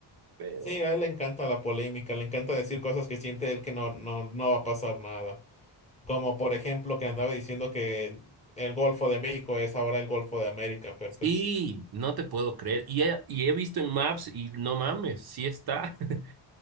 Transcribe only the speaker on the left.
Sí, a él le encanta la polémica, le encanta decir cosas que siente él que no, no, no va a pasar nada. Como por ejemplo que andaba diciendo que el Golfo de México es ahora el Golfo de América, pero
pues